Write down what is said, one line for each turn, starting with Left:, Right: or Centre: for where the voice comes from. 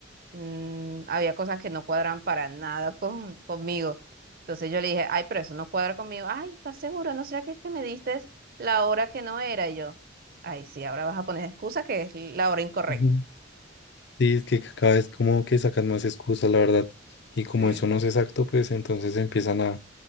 Right: mm, había cosas que no cuadran para nada con, conmigo. Entonces yo le dije, ay, pero eso no cuadra conmigo. Ay, ¿estás seguro? ¿No será que es que me diste la hora que no era? Y yo, ay, sí, ahora vas a poner excusa que es la hora incorrecta.
Left: ujú, sí, es que cada vez como que sacan más excusas, la verdad, y como
Right: Sí,
Left: eso
Right: sí.
Left: no es exacto, pues entonces empiezan a,